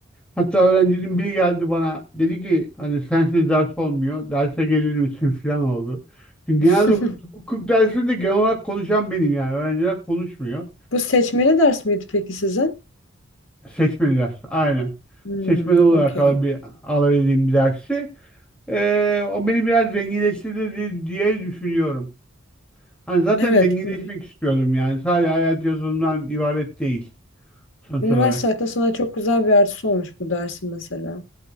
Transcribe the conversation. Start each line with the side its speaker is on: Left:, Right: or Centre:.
Centre: Hatta öğrencinin biri geldi bana dedi ki hani sensiz ders olmuyor derse gelir misin falan oldu. Çünkü
Left: <laughs>
Centre: genelde hukuk, hukuk dersinde genel olarak konuşan benim yani öğrenciler konuşmuyor.
Left: Bu seçmeli ders miydi peki sizin?
Centre: Seçmeli ders aynen.
Left: Hmm,
Centre: Seçmeli olarak
Left: okey.
Centre: alabil, alabildiğim bir dersi. Ee, o beni biraz zenginleştirdi diye, diye düşünüyorum. Hani zaten
Left: Evet.
Centre: zenginleşmek
Left: bu-
Centre: istiyordum yani sadece hayat yazılımdan ibaret değil sonuç
Left: Üniversite
Centre: olarak.
Left: hayatında sana çok güzel bir artısı olmuş bu dersin mesela.